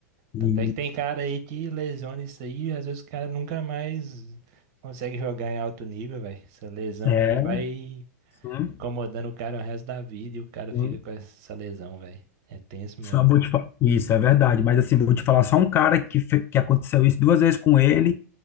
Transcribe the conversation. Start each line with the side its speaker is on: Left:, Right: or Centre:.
Left: E
Right: Tanto é que tem cara aí que lesiona isso aí, às vezes o cara nunca mais consegue jogar em alto nível, velho. Essa lesão
Left: é,
Right: aí vai
Left: sim,
Right: incomodando o cara o resto da vida e o cara
Left: sim.
Right: fica com essa lesão, velho. É tenso mesmo.
Left: Só vou te fa- Isso é verdade, mas assim, vou te falar só um cara que, fe- que aconteceu isso duas vezes com ele